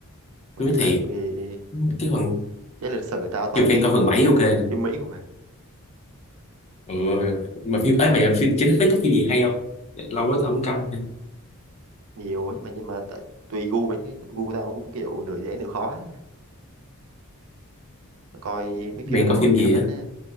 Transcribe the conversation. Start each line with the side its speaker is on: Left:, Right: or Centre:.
Right: mà
Left: nói
Right: tại
Left: thiệt
Right: tại vì
Left: cái phần
Right: cái lịch sử tao toàn
Left: dù
Right: phim
Left: fan coi phần 7 ok nè
Right: phim Mỹ không à
Left: ừ. mà phim ấy mà dạ, phim trên Netflix có phim gì hay không lâu quá tao không coi nữa.
Right: nhiều nhưng mà nhưng mà tại- tùy gu mày chứ gu tao cũng kiểu nửa dễ nửa khó á. coi mấy
Left: mày
Right: phim đồn
Left: coi
Right: nổi
Left: phim
Right: cho
Left: gì
Right: nó thích
Left: á
Right: á